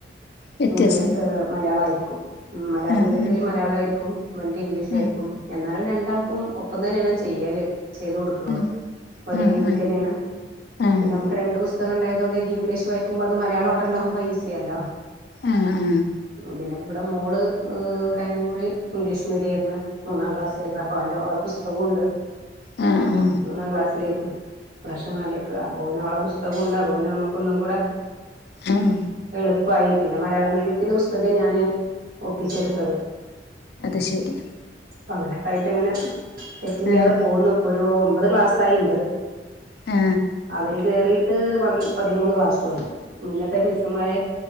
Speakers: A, on the left; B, on the right.
A: വ്യത്യാസണ്ട്
B: ഇംഗ്ലീ ഏ മലയാളയിരിക്കും മലയാളം
A: ആഹ്
B: മീഡിയത്തിൽ
A: ആഹ്
B: മലയാളയിരിക്കും ഇവന്ക്ക് ഇംഗ്ലീഷായിരിക്കും
A: ആഹ്
B: എന്നാലും രണ്ടാൾക്കും ഒപ്പം തന്നെയാണ് ചെയ്യാല് ചെയ്ത് കൊടുക്ക ക്ക്ണത്
A: ഉം
B: ഒരേ
A: ആഹ്
B: രീതിക്ക്
A: ആഹ്
B: തന്നേണ്
A: ആഹ്
B: നമക്ക് രണ്ട് പുസ്ത- പുസ്തകം ണ്ടായതൊണ്ട് ഇത് ഇംഗ്ലീഷ് വായിക്കുമ്പോ അത് മലയാളം ണ്ടാവുമ്പോൾ ഈസി അലോ
A: ആ അ
B: പിന്നെ വ്ടെ മോള് കഴിഞ്ഞ കുറി ഇംഗ്ലീഷ് മീഡിയം ആയിര്ന്ന് മൂന്നാം ക്ലാസ് ആയിര്ന്ന് പ്പം അവന്റെ അവള്ടെ പുസ്തകുണ്ട്
A: അ ആ
B: ഒന്നാം ക്ലാസിൽ ഇപ്രാവശ്യം നാല്ക്ക് അപ്പൊ പിന്നെ അവള്ടെ പുസ്തകുണ്ട് അപ്പൊ പിന്നെ നമുക്കൊന്നും കൂടെ
A: ഹം
B: എളുപ്പമായി പിന്നെ മലയാളം മീഡിയത്തിന്റെ പുസ്തകം ഞാൻ ഒപ്പിച്ചെട്‌ത്തത്
A: അത് ശരി
B: അപ്പ അങ്ങനെയൊക്കെ ആയിട്ട് അങ്ങനെ തെറ്റില്ലാതെ
A: ആഹ്
B: പോകുന്നു ഇപ്പൊ ഒരു ഒമ്പത് ക്ലാസ്സായി ഇൻ്റേത്
A: ആ
B: അവര് കേറീട്ട് പ പതിമൂന്ന് ക്ലാസുമായി മുന്നത്തെ മിസ്സുമാര്